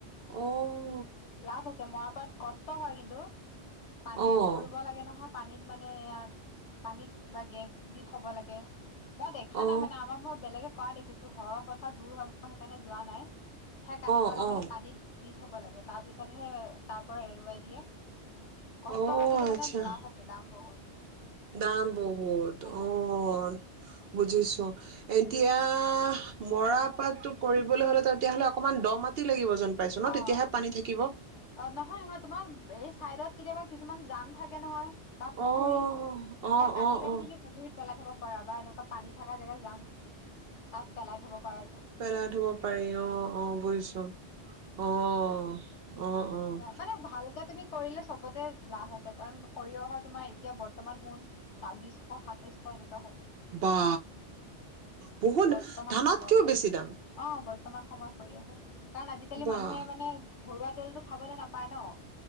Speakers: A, on the right (about 60°); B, on the left (about 80°).
A: অ'।
B: লাভ আছে মৰাপাট কষ্ট হয় কিন্তু। পানীত
A: অ',
B: কৰিব লাগে নহয়। পানীত মানে এয়া পানীত কিবা গেপ দি থ'ব লাগে। মই দেখা
A: অ',
B: নাই মানে আমা মই বেলেগে কৰা দেখিছোঁ। ঘৰৰ পথাৰ দূৰ হয় মই সেইকাৰণে যোৱা নাই। সে কাটি পেলাই
A: অ', অ',
B: মানে পানীত দি থ'ব লাগে। তাৰ পিছতহে তাৰ পৰা এৰুৱাই দিয়ে। কষ্ট
A: অ',
B: হয় কিন্তু
A: আচ্ছা
B: মানে লাভ আছে দাম বহুত।
A: দাম বহুত
B: বহুত
A: অ'।
B: উম
A: বুজিছো এতিয়া মৰাপাতটো কৰিবলৈ হ'লে তেতিয়াহ'লে অকমান দ' মাতি লাগিব। যেন পাইছো ন
B: অ',
A: তেতিয়াহে পানী থাকিব।
B: অ', নহয় নহয় তোমাৰ এই চাইডত কেতিয়াবা কিছুমান জান থাকে নহয়। বা পুখুৰী
A: অ', অ',
B: সেয়া কাটি
A: অ',
B: কাটি
A: অ',
B: তুমি পুখুৰীত পেলাই থ'বা। পাৰা বা এনেকুৱা পানী থকা জেগাত জান তাত পেলাই থ'ব পাৰা যে
A: পেলাই থ'ব পাৰি
B: উম
A: অ', অ', বুজিছো। অ'। অ', অ',
B: মানে ভালকে তুমি কৰিলে চবতে লাভ আছে কাৰণ সৰিয়হ অহা তোমাৰ এতিয়া বৰ্তমান মোন ছাব্বিছশ সাতাইশ এনেক
A: বা বহুত
B: বৰ্তমান
A: ধানতকেও
B: সময়ত
A: বেছি দাম।
B: অ বৰ্তমান সময় সৰিয়হ। কাৰণ আজিকালি
A: বাহ।
B: মানুহে মানে ঘৰুৱা তেলটো খাবলৈ নাপায় ন।